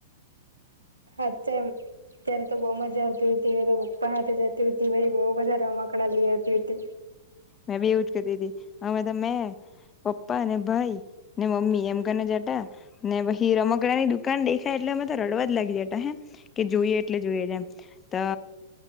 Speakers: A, on the right (about 80°); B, on the left (about 20°).
A: હાચ્ચેમ ત્યારે તો બૌ મજા આવતી તી <unintelligible> પપ્પા હાથે જતી તી <unintelligible> પહી બોઉ બધા રમકડા લઈ આવતી તી <unintelligible>
B: મેં બી એવુ જ કરતી તી હમે તો મેં પપ્પા ને ભાઈ ને મમ્મી એમ કરીને જટા ને પછી રમકડા ની દુકાન દેખાય એટલે અમે તો રડવા જ લાગી જતા હે કે જોઈએ એટલે જોઈએ જએમ તો